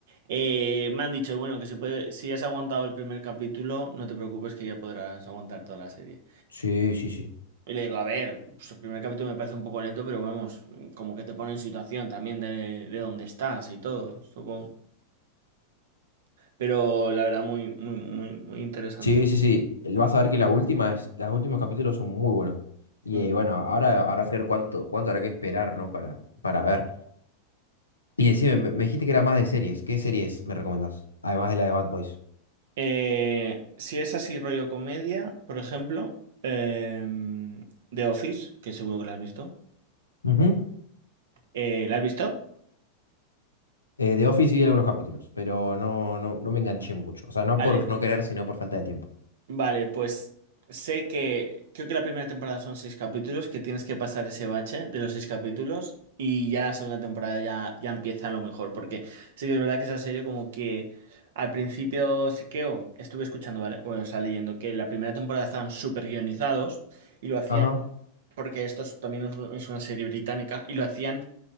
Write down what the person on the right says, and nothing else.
Eh, me han dicho, bueno, que si puede, si has aguantado el primer capítulo, no te preocupes que ya podrás aguantar toda la serie.
Y le digo, a ver, pues el primer capítulo me parece un poco lento, pero vamos, como que te pone en situación también de, de dónde estás y todo, supongo. Pero la verdad, muy, muy, muy, muy interesante.
Mm.
Eh, si es así rollo comedia, por ejemplo, eh, The Office, que seguro que la has visto.
Eh, ¿la has visto?
Vale,
Vale, pues sé que creo que la primera temporada son seis capítulos, que tienes que pasar ese bache de los seis capítulos y ya la segunda temporada ya, ya empieza a lo mejor, porque sí que es verdad que esa serie como que al principio sí que o, estuve escuchando, ¿vale? O, sea, leyendo que la primera temporada estaban súper guionizados y lo hacían,
porque esto es- también es un- es una serie británica, y lo hacían